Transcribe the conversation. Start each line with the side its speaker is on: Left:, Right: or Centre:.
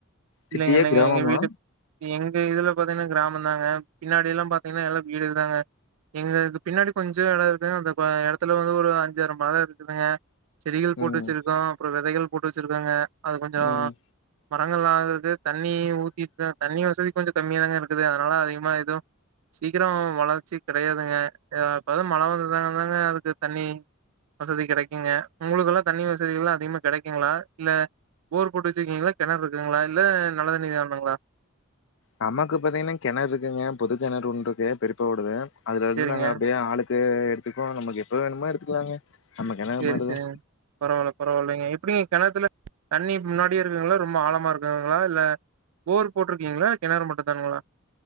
Left: சிட்டியா?
Right: இல்லைங்க இல்லைங்க
Left: கிராமமா?
Right: எங்க வீட்டு எங்க இதுல இப்போதான கிராமதாங்க பின்னாடி எல்லாம் பாத்தீங்கன்னா எல்லாம் வீடுதாங்க எங்களுக்கு பின்னாடி கொஞ்சம் எடம் இருக்கு அந்த பா எடத்துல வந்து ஒரு அஞ்சி ஆறு மரம் இருக்குதுங்க செடிகள் போட்டு
Left: ம்,
Right: வச்சிருக்கோம் அப்புறம் வெதைகள் போட்டு வச்சிருக்கோங்க அது கொஞ்சம்
Left: ம்.
Right: மரங்கள்லாம் இரு தண்ணி ஊத்திட்டுதா தண்ணி வசதி கொஞ்சம் கம்மியா தாங்க இருக்குது அதனால அதிகமா எதும் சீக்கிரம் வளர்ச்சி கிடையாதுங்க ஆ எப்பயாது மழை வந்ததாங்க தாங்க அதுக்கு தண்ணி வசதி கிடைக்குங்க ஒங்களுக்கெல்லாம் தண்ணி வசதிகள்ல்லாம் அதிகமா கெடைக்குங்களா இல்ல போர் போட்டு வச்சிருக்கீங்களா கெணறு இருக்குங்களா இல்ல நல்ல தண்ணி வேனுங்களா
Left: நமக்கு பாத்தீங்கன்னா கெணறு இருக்குங்க பொது கெணறு ஒன்ருக்கு பெரிப்பா ஓடது அதுல இருந்து
Right: சேரிங்க
Left: நாங்க அப்டே ஆளுக் கு எடுத்துக்கும் நமக்கு எப்ப வேணுமோ எடுத்துக்கலாங்க நம்ம கிணறு
Right: செரி
Left: மாரிதான்.
Right: செ பரவாயில்ல பரவாயில்லைங்க எப்டி கெணத்துல தண்ணி முன்னாடியே இருக்குங்களா ரொம்ப ஆழமா இருக்குங்களா இல்ல போர் போட்டுருக்கீங்களா கெணறு மட்டும் தானுங்களா